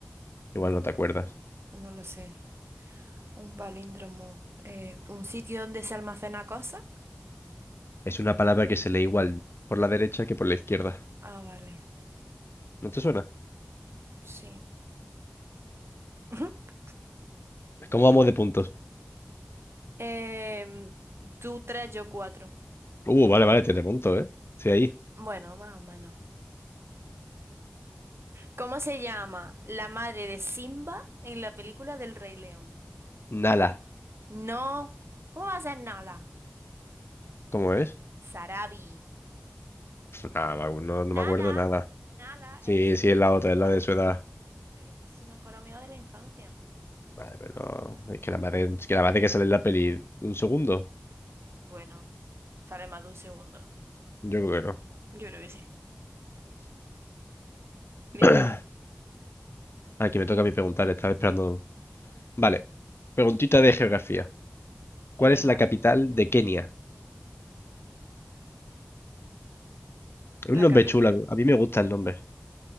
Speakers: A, on the left (about 70°); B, on the right (about 80°).
A: igual
B: bueno,
A: no te acuerdas.
B: no lo sé. Un palíndromo. eh, un sitio donde se almacena cosa.
A: Es una palabra que se lee igual por la derecha que por la izquierda.
B: Ah, vale,
A: ¿No te suena?
B: sí. <laughs>
A: ¿Cómo vamos de puntos?
B: Eh, tú tres, yo cuatro.
A: Uh, vale, vale, te remonto, ¿eh? Sí, ahí.
B: Bueno, más o menos. ¿Cómo se llama la madre de Simba en la película del Rey León?
A: Nala.
B: No. ¿Cómo va a ser Nala?
A: ¿Cómo es?
B: Sarabi.
A: Nada, no, no
B: Nala,
A: no me acuerdo nada.
B: Nala
A: Sí,
B: es su
A: sí,
B: mejor
A: es la otra,
B: amiga,
A: es la de su edad.
B: eh, es su mejor amiga de la infancia.
A: Vale, pero no, es que la madre, es que la madre que sale en la peli un segundo.
B: Bueno, sale más de un segundo.
A: Yo creo que no.
B: Yo creo que sí. Venga,
A: <clears throat> Aquí me toca a mí preguntar, estaba esperando. Vale, preguntita de geografía. ¿Cuál
B: venga.
A: es la capital de Kenia? Es
B: La
A: un nombre
B: capital,
A: chulo, a mí me gusta el nombre.